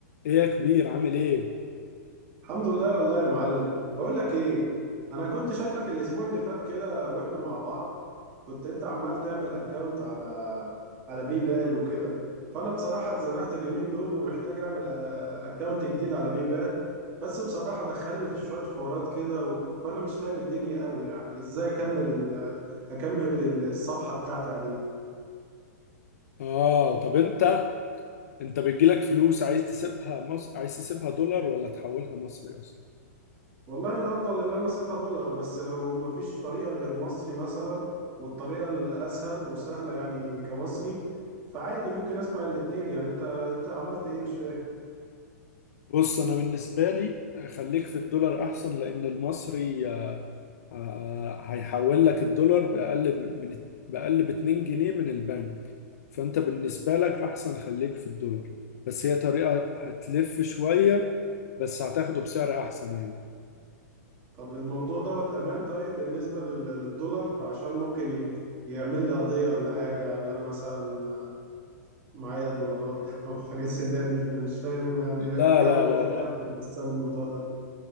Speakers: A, on the left; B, on the right.
A: ايه يا كبير عامل ايه؟
B: الحمد لله والله يا معلم بقول لك ايه انا كنت شايفك الاسبوع اللي فات كده واحنا مع بعض كنت انت عمال تعمل اكاونت على على بيبال وكده فانا بصراحة اتزنقت اليومين دول ومحتاج اعمل اكاونت جديد على بيبال بس بصراحة دخلني في شوية حوارات كده و- فانا مش فاهم الدنيا قوي يعني ازاي اكمل ال... آه، اكمل الصفحة بتاعتي عليه
A: اه طب انت انت بيجيلك فلوس عايز تسيبها مصر عايز تسيبها دولار ولا تحولها مصري اصلا؟
B: والله الافضل اللي انا اسيبها دولار بس لو ما فيش طريقه غير مصري مثلا والطريقه الاسهل وسهله يعني كمصري فعادي ممكن اسمع الاتنين يعني انت انت عملت ايه مش فاهم
A: بص انا بالنسبه لي خليك في الدولار احسن لان المصري آه، آه، آه، هيحول لك الدولار باقل ب- من باقل ب 2 جنيه من البنك فانت بالنسبه لك احسن خليك في الدولار بس هي طريقه هتلف شويه بس هتاخده بسعر احسن يعني
B: طب الموضوع دوت امان طيب بالنسبه لل- للدولار عشان ممكن ي- يعمل لي قضيه ولا حاجه اللي انا مثلا معايا دولارات <laughs> او حاجات اللي هي دي أنا مش فاهم يعني
A: لا
B: في
A: لا
B: قواضي
A: لا
B: بتحصل بسبب الموضوع ده